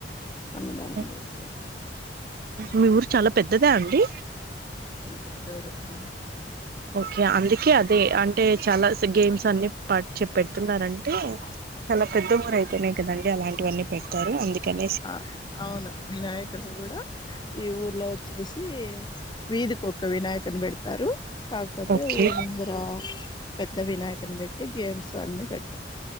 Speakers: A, on the left; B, on the right.
A: అన్నదానం
B: హ్మ్.
A: చేస్తారు
B: మీ ఊరు చాలా పెద్దదా అండి
A: పెద్దూరు మాఊరు
B: ఓకే అందుకే అదే అంటే చాలా గేమ్స్ అన్ని పాట్ పెడుతున్నారంటే చాలా పెద్ద ఊరు అయితేనేయి గదండి అలాంటివన్నీ పెడతారు అందుకని
A: ఆ అవును వినాయకుని గూడా ఈ ఊర్లో వచ్చేసి వీధికొక వినాయకని పెడతారు కా కపోతే
B: ఓకే
A: ఊరి ముందర పెద్ద వినాయకుని పెట్టి గేమ్స్ అన్నీ పెడ్త